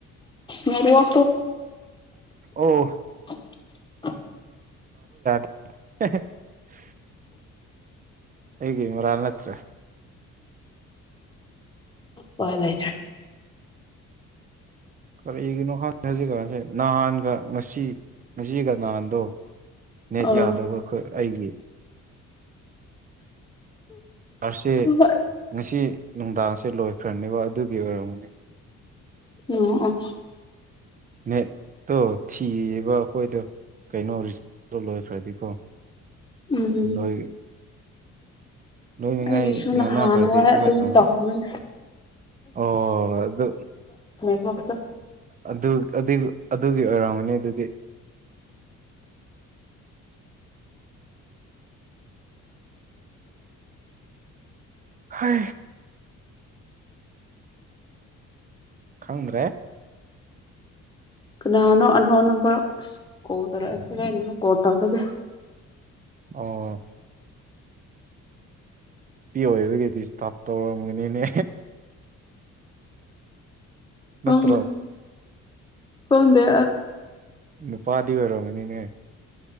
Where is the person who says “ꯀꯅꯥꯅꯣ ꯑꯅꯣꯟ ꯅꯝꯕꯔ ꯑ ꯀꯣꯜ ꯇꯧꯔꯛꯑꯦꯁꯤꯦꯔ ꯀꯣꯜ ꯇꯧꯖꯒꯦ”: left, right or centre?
Left